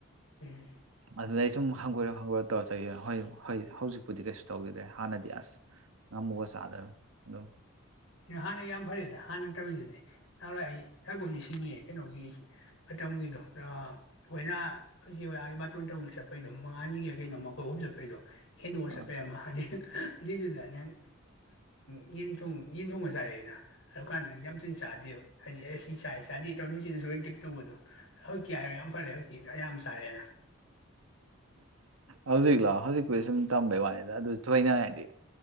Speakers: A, on the left; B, on the right.
A: ꯎꯝ
B: ꯑꯗꯨꯗ ꯑꯩ ꯁꯨꯝ ꯍꯪꯒꯣꯏꯔꯣ ꯍꯪꯒꯣꯏꯒ ꯇꯧꯔ ꯆ ꯍꯣꯏ ꯍꯣꯏ ꯍꯧꯖꯤꯛꯄꯨꯗꯤ ꯀꯩꯁꯨ ꯇꯧꯈꯤꯗ꯭ꯔꯦ ꯍꯥꯟꯅꯗꯤ ꯑꯁ ꯉꯝꯃꯒ ꯁꯥꯗꯔ ꯑꯗꯣ
A: ꯍꯥꯟꯅ ꯌꯥꯝ ꯐꯔꯦꯗ ꯍꯥꯟꯅ ꯇꯧꯋꯤꯗꯨꯗꯤ ꯅꯍꯥꯟꯋꯥ ꯑꯩ ꯍꯧ ꯄꯥꯎ ꯅꯤꯡꯁꯤꯡꯉꯦ ꯀꯩꯅꯣꯒꯤ ꯃꯇꯝꯒꯤꯗꯣ ꯑꯩꯈꯣꯏꯅ ꯍꯧꯖꯤꯛꯒꯤ ꯃꯇꯣꯟ ꯇ ꯆꯠꯄꯩꯗꯣ ꯃꯉꯥꯅꯤꯒꯤ ꯀꯩꯅꯣ ꯃꯈꯣꯏ ꯑꯍꯨꯝ ꯆꯠꯄꯩꯗꯣ ꯍꯦꯟꯗꯑ ꯆꯠꯄꯩ
B: ꯑ
A: ꯑꯃ ꯍꯥꯏꯗꯤ ꯑꯗꯨꯏꯗꯨꯅꯦ ꯅꯪꯀꯥꯟꯗ ꯌꯦꯟ ꯌꯦꯟ ꯊꯣꯡꯉ ꯆꯥꯔꯛꯑꯦꯅ ꯑꯗꯨ ꯀꯥꯟꯗ ꯅꯪ ꯌꯥꯝ ꯊꯨꯅ ꯆꯥꯗꯦꯕ ꯍꯥꯏꯗꯤ ꯑꯩ ꯁꯤ ꯆꯥꯏ ꯆꯥꯗꯦ ꯇꯧ ꯅꯨꯡꯁꯤꯅ ꯁ ꯇꯦꯛ ꯇꯧꯕꯗꯣ ꯍꯧꯖꯤꯛꯇꯤ ꯍꯥꯏꯔꯦ ꯌꯥꯝ ꯐꯔꯦ ꯍꯧꯖꯤꯛꯇꯤ ꯌꯥꯝ ꯆꯥꯔꯦꯅ
B: ꯍꯧꯖꯤꯛ ꯂꯥꯛꯑꯣ ꯍꯧꯖꯤꯛꯄꯨꯗꯤ ꯁꯨꯝ ꯇꯝꯕꯩ ꯋꯥꯅꯤꯗ ꯑꯗꯨ ꯊꯣꯏꯅ ꯍꯥꯏꯗꯤ